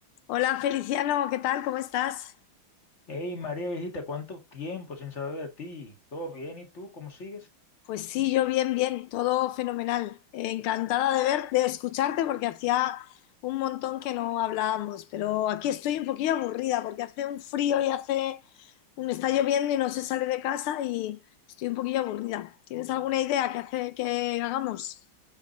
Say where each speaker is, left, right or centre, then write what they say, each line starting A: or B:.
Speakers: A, on the left; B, on the left.
A: Hola Feliciano, ¿qué tal? ¿Cómo estás?
B: Hey María viejita, ¿cuánto tiempo sin saber de ti? ¿Todo bien? ¿Y tú cómo sigues?
A: Pues sí, yo bien, bien, todo fenomenal. Eh, encantada de ver, de escucharte porque hacía un montón que no hablábamos, pero aquí estoy un poquillo aburrida porque hace un frío y hace, me está lloviendo y no se sale de casa y estoy un poquillo aburrida. ¿Tienes alguna idea que hace que hagamos?